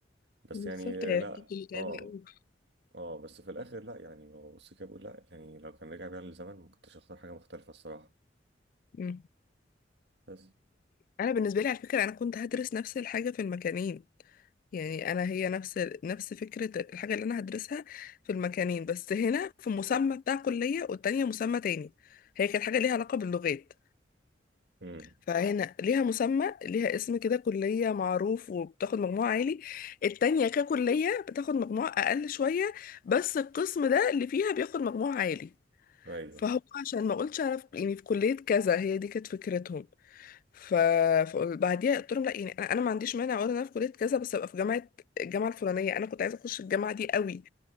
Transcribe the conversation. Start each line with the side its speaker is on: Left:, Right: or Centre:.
Right: بس
Left: بالظبط
Right: يعني
Left: هي
Right: لا
Left: كنت متعبة
Right: اه اه بس في الاخر لا يعني هو بص كده بقول لا يعني لو كان رجع بيا للزمن ما كنتش اختار حاجه مختلفه الصراحه
Left: أوي
Right: بس
Left: انا بالنسبه لي على فكره انا كنت هدرس نفس الحاجه في المكانين يعني انا هي نفس نفس فكره الحاجه اللي انا هدرسها في المكانين بس هنا في مسمى بتاع كليه والتانية مسمى تاني هي كانت حاجه ليها علاقه باللغات
Right: امم
Left: فهنا ليها مسمى ليها اسم كده كليه معروف وبتاخد مجموع عالي التانية ككليه بتاخد مجموع اقل شويه بس القسم ده اللي فيها بياخد مجموع عالي
Right: ايوه
Left: فهو عشان ما اقولش انا في- يعني في كليه كذا هي دي كانت فكرتهم ف فبعديها قلت لهم لا يعني انا أنا ما عنديش مانع ولا انا في كليه كذا بس ابقى في جامعه الجامعه الفلانيه انا كنت عايزه اخش الجامعه دي قوي